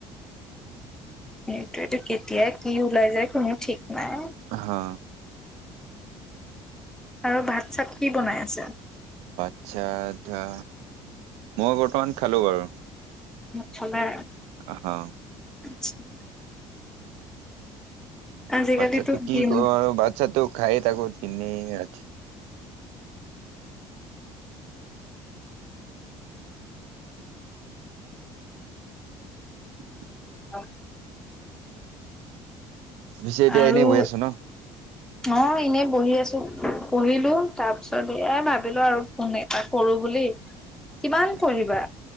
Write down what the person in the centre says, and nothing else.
সেইটোয়েটো কেতিয়া কি ওলাই যায় কোনো ঠিক নাই
আৰু ভাত চাত কি বনাই আছে?
খালা।
<unintelligible> আজিকালিতো
গেম
অ।
আৰু
অ এনেই বহি আছো। পঢ়িলো তাৰ পিছত এ ভাবিলো আৰু ফোন এটা কৰো বুলি। কিমান
পঢ়িবা,